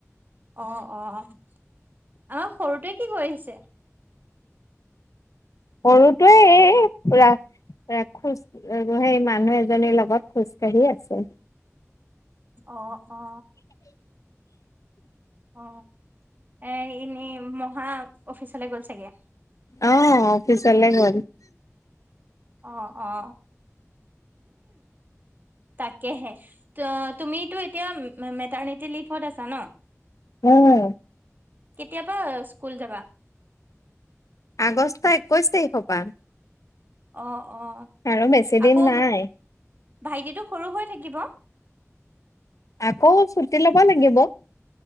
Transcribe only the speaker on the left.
সৰুটোৱে এই পুৰা, এ খোজ সেই মানুহ এজনীৰ লগত খোজ কাঢ়ি আছে।
অ অফিচলৈ গ'ল।
উম।
আগষ্ট একৈছ তাৰিখৰ পৰা।
আৰু বেছি
দিন নাই।
আকৌ ছুটি ল'ব লাগিব।